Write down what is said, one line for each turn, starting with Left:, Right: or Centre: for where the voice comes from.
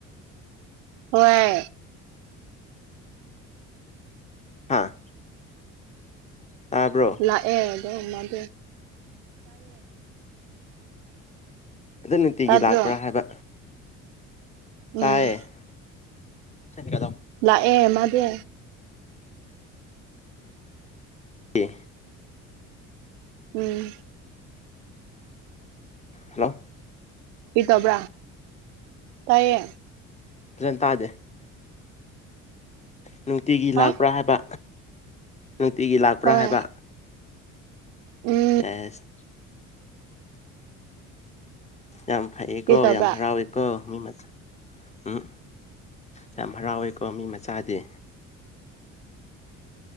Right: ꯍꯣꯏ
Left: ꯍꯥꯥ ꯇꯥꯕ꯭ꯔꯣ
Right: ꯂꯥꯛꯑꯦ ꯑꯗꯣ ꯃꯗꯨ
Left: ꯑꯗꯨ ꯅꯨꯡꯇꯤꯒꯤ
Right: ꯇꯥꯗ꯭ꯔꯣ
Left: ꯂꯥꯛꯄ꯭ꯔꯥ ꯍꯥꯏꯕ
Right: ꯎꯝ
Left: ꯇꯥꯌꯦ ꯀꯗꯝ
Right: ꯂꯥꯛꯑꯦ ꯃꯥꯗꯤ
Left: ꯑꯦ
Right: ꯎꯝ
Left: ꯍꯜꯂꯣ
Right: ꯀꯔꯤ ꯇꯧꯕ꯭ꯔꯥ ꯇꯥꯏꯌꯦ
Left: ꯐꯖꯅ ꯇꯥꯗꯦ ꯅꯨꯡꯇꯤꯒꯤ
Right: ꯍꯥ
Left: ꯂꯥꯛꯄ꯭ꯔꯥ ꯍꯥꯏꯕ ꯅꯨꯡꯇꯤꯒꯤ ꯂꯥꯛꯄ꯭ꯔꯥ
Right: ꯍꯣꯏ
Left: ꯍꯥꯏꯕ
Right: ꯎꯝ
Left: ꯁꯦꯁ ꯌꯥꯝ ꯐꯩꯌꯦ
Right: ꯀꯔꯤ
Left: ꯀꯣ
Right: ꯇꯧꯕ꯭ꯔꯥ
Left: ꯌꯥꯝ ꯍꯔꯥꯎꯋꯦ ꯀꯣ ꯃꯤ ꯃ ꯎꯝ ꯌꯥꯝ ꯍꯔꯥꯎꯋꯦꯀꯣ ꯃꯤ ꯃꯆꯥꯗꯤ